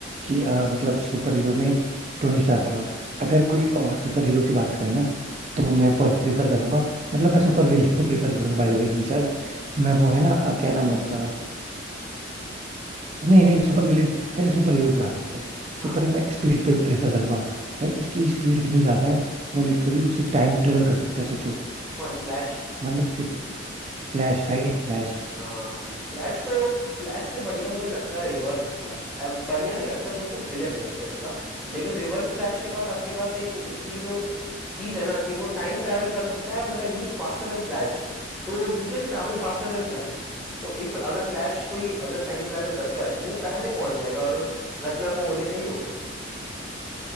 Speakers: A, on the right; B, in the centre.
A: कि अ, मतलब सुपर हीरो में टोनी स्टार की बात अगर कोई और सुपर हीरो की बात करें ना तो मैं प्रीफर करूंगा मतलब मैं सुपर विलेन को प्रीफर करूंगा बाय द वे मैं वो है ना अ, क्या नाम है उसका नहीं नहीं सुपर विलेन पहले सुपर हीरो की बात करते हैं
B: हाँ
A: सुपर मैं स्पीड पे प्रेफर करूंगा भाई उसकी स्पीड इतनी ज्यादा है वो लिटरली उससे टाइम ट्रेवल कर सकता है सोचो
B: कौन फ्लैश
A: मतलब कि फ्लैश राइट फ्लैश
B: हाँ फ्लैश फ्लैश तो फ्लैश से बढ़िया मुझे लगता है रिवर्स फ्लैश अब बढ़िया नहीं लगता वो तो विलन है एक टाइप का लेकिन रिवर्स फ्लैश के पास आपके पास एक उसकी जो चीज़ है ना कि वो टाइम ट्रैवल कर सकता है मतलब he is faster than Flash तो he can travel faster than Flash तो इफ अगर फ्लैश कोई अगर टाइम ट्रैवल करता है तो वो पहले पहुंच जाएगा और उस घटना को होने से ही रोक देगा